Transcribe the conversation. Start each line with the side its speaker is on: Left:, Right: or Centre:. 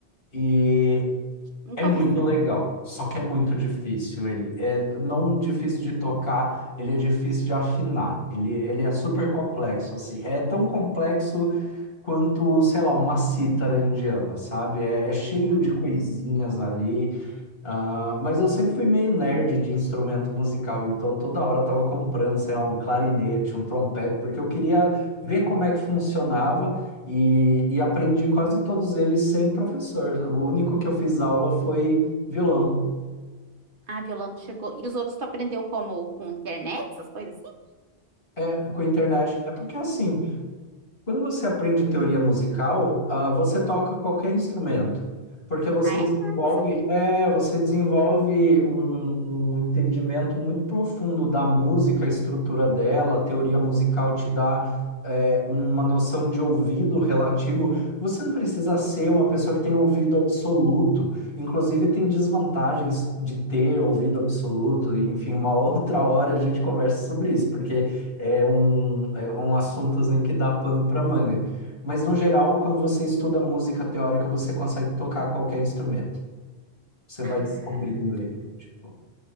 Left: E
Right: Nunca
Left: é muito
Right: ouvi falar.
Left: legal, só que é muito difícil ele. É não difícil de tocar, ele é difícil de afinar. Ele, ele é super
Right: Ah,
Left: complexo, assim. É tão complexo quanto, sei lá, uma cítara indiana, sabe? É, é cheio
Right: ah.
Left: de coisinhas ali ah, mas eu sempre fui meio nerd de instrumento musical, então toda hora eu tava comprando, sei lá, um clarinete, um trompete, porque eu queria ver como é que funcionava e, e aprendi quase todos eles sem professor. O único que eu fiz aula foi violão,
Right: Ah, violão tu chegou. E os outros tu aprendeu como? Com internet, essas coisas assim?
Left: é, com internet. É porque é assim, Quando você aprende teoria musical, ah, você toca qualquer instrumento, porque você
Right: Ah,
Left: desenvolve,
Right: é? Ah, não sabia.
Left: é, você desenvolve um, um entendimento muito profundo da música, a estrutura dela, a teoria musical te dá, é, uma noção de ouvido relativo. Você não precisa ser uma pessoa que tem ouvido absoluto, inclusive tem desvantagens de ter ouvido absoluto, e, enfim, uma outra hora a gente conversa sobre isso, porque é um, é um assunto assim, que dá pano para manga. Mas, no geral, quando você estuda música teórica, você consegue tocar qualquer instrumento. Você vai
Right: Ah,
Left: descobrindo ele. Tipo,